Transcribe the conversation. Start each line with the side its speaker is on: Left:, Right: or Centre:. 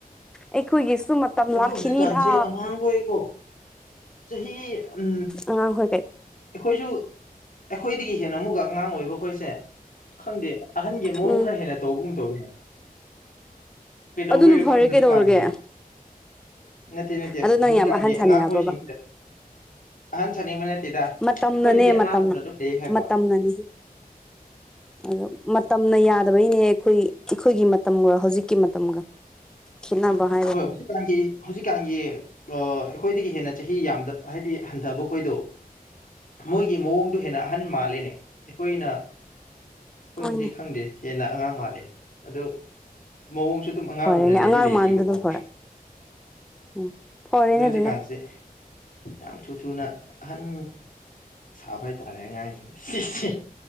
Centre: ꯑꯩꯈꯣꯏꯒꯤꯁꯨ ꯃꯇꯝ
Left: ꯑꯗꯣ
Centre: ꯂꯥꯛꯈꯤꯅꯤꯗ
Left: ꯍꯧꯖꯤꯛꯀꯥꯟꯁꯦ ꯑꯉꯥꯡꯈꯣꯏꯀꯣ ꯆꯍꯤ ꯎ
Centre: ꯑꯉꯥꯡꯈꯣꯏ ꯀꯩ
Left: ꯑꯩꯈꯣꯏꯁꯨ ꯑꯩꯈꯣꯏꯗꯒꯤ ꯍꯦꯟꯅ ꯑꯃꯨꯛꯀ ꯑꯉꯥꯡ ꯑꯣꯏꯕ ꯑꯩꯈꯣꯏꯁꯦ ꯈꯪꯗꯦ ꯑꯍꯟꯒꯤ ꯃꯑꯣꯡ
Centre: ꯎꯝ
Left: ꯈꯔ ꯍꯦꯟꯅ ꯇꯧꯕꯒꯨꯝ ꯇꯧꯔꯤꯅꯦ ꯀꯩꯗꯧꯕꯩꯔ
Centre: ꯑꯗꯨꯅ ꯐꯔꯦ
Left: ꯈꯪꯗꯦ ꯍꯧꯖꯤꯛꯀꯥꯟꯒꯤ
Centre: ꯀꯩꯗꯧꯔꯒꯦ
Left: ꯅꯠꯇꯦ ꯅꯠꯇꯦ
Centre: ꯑꯗꯨ ꯅꯪ
Left: ꯍꯧꯖꯤꯛꯀꯥꯟꯒꯤ
Centre: ꯌꯥꯝ ꯑꯍꯟ ꯁꯥꯟꯅꯩꯕ꯭ꯔꯕ
Left: ꯑꯉꯥꯡꯈꯣꯏꯁꯤꯡꯁꯦ ꯑꯍꯟ ꯁꯥꯅꯤꯡꯕ ꯅꯠꯇꯦ ꯇꯦꯗ
Centre: ꯃꯇꯝꯅꯅꯦ
Left: ꯑꯩꯈꯣꯏꯅꯗꯤ ꯑꯉꯥꯡꯒꯨꯝꯅ
Centre: ꯃꯇꯝꯅ
Left: ꯑꯗꯨꯝ ꯂꯩ ꯍꯥꯏꯕ
Centre: ꯃꯇꯝꯅꯅꯤ ꯑꯗꯣ ꯃꯇꯝꯅ ꯌꯥꯗꯕꯩꯅꯦ ꯑꯩꯈꯣꯏ ꯑꯩꯈꯣꯏꯒꯤ ꯃꯇꯝꯒ ꯍꯧꯖꯤꯛꯀꯤ ꯃꯇꯝꯒ ꯈꯦꯅꯕꯍꯥ
Left: ꯍꯣꯏ ꯍꯧꯖꯤꯛꯒꯥꯟꯒꯤ ꯍꯧꯖꯤꯛꯀꯥꯟꯒꯤ ꯑꯩꯈꯣꯏꯗꯒꯤ ꯍꯦꯟꯅ ꯆꯍꯤ ꯌꯥꯝꯗꯕ ꯍꯥꯏꯗꯤ ꯍꯟꯊꯕ ꯈꯣꯏꯗꯣ ꯃꯣꯏꯒꯤ ꯃꯑꯣꯡꯗꯣ ꯍꯦꯟꯅ ꯑꯍꯟ ꯃꯥꯜꯂꯤꯅꯦ ꯑꯩꯈꯣꯏꯅ ꯍꯣꯏꯅꯗꯤ
Centre: ꯍꯣꯏꯅꯦ
Left: ꯈꯪꯗꯦ ꯍꯦꯟꯅ ꯑꯉꯥꯡ ꯃꯥꯜꯂꯦ ꯑꯗꯣ ꯃꯑꯣꯡꯁꯨ ꯑꯗꯨꯝ ꯑꯉꯥꯡꯒꯨꯝꯅ
Centre: ꯐꯔꯦꯅꯦ
Left: ꯂꯩꯗꯤ
Centre: ꯑꯉꯥꯡ
Left: ꯂꯩꯔꯤ
Centre: ꯃꯥꯟꯕꯗꯣ
Left: ꯀꯣ
Centre: ꯐꯔꯦ ꯎꯝ ꯐꯔꯦꯅꯦ
Left: ꯑꯗꯨꯗ ꯍꯧꯖꯤꯛꯀꯥꯟꯁꯦ
Centre: ꯑꯗꯨꯅ
Left: ꯌꯥꯝ ꯊꯨ ꯊꯨꯅ ꯑꯍꯟ ꯁꯥꯕ ꯍꯥꯢ ꯇꯥꯔꯦ ꯑꯉꯥꯡꯁꯤꯡꯁꯦ